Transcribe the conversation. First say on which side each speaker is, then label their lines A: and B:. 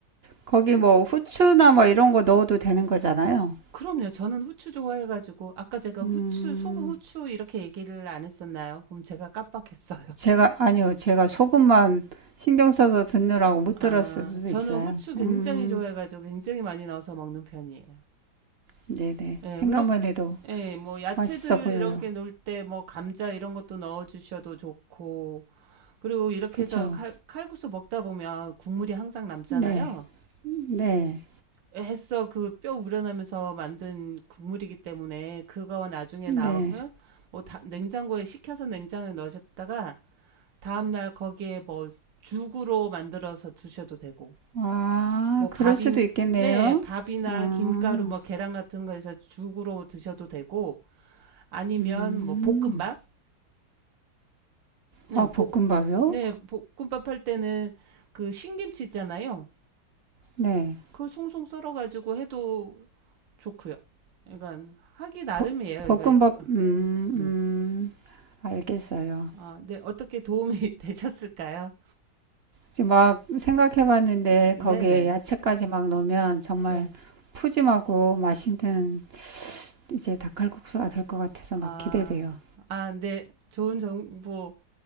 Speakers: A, on the right; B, on the right.
A: 거기 뭐 후추나 뭐 이런 거 넣어도 되는 거잖아요.
B: 그럼요. 저는 후추 좋아해가지고, 아까 제가 후추,
A: 음,
B: 소금, 후추 이렇게 얘기를 안 했었나요? 그럼 제가 깜빡했어요. <laughs>
A: 제가, 아니요. 제가 소금만 신경 써서 듣느라고 못
B: 아,
A: 들었을 수도
B: 저는
A: 있어요.
B: 후추 굉장히
A: 음.
B: 좋아해가지고 굉장히 많이 넣어서 먹는 편이에요.
A: 네네.
B: 예,
A: 생각만
B: 그렇게,
A: 해도
B: 예, 뭐, 야채들
A: 맛있어 보여요.
B: 이런 게 넣을 때, 뭐, 감자 이런 것도 넣어주셔도 좋고, 그리고 이렇게
A: 그쵸?
B: 해서 칼, 칼국수 먹다 보면 국물이 항상 남잖아요.
A: 네. 네.
B: 애써 그 뼈 우려내면서 만든 국물이기 때문에 그거 나중에
A: 네.
B: 나오면 뭐 다- 냉장고에 식혀서 냉장고에 넣으셨다가 다음날 거기에 뭐 죽으로 만들어서 드셔도 되고
A: 아,
B: 뭐
A: 그럴
B: 밥인
A: 수도 있겠네요.
B: 네 밥이나
A: 아,
B: 김가루 뭐 계란 같은 거에서 죽으로 드셔도 되고 아니면
A: 음.
B: 뭐 볶음밥 네볶네
A: 아, 볶음밥이요?
B: 볶음밥 할 때는 그 신김치 있잖아요
A: 네.
B: 그걸 송송 썰어가지고 해도 좋고요. 그러니까 하기 나름이에요.
A: 버- 볶음밥,
B: 그러니까 어,
A: 음, 음.
B: 음.
A: 알겠어요.
B: 아, 네 어떻게 도움이 <laughs> 되셨을까요?
A: 지금 막 생각해 봤는데
B: 네네
A: 거기에 야채까지 막 넣으면 정말
B: 네.
A: 푸짐하고 맛있는 이제 닭칼국수가 될 것 같아서
B: 아,
A: 막 기대돼요.
B: 아, 네 좋은 정보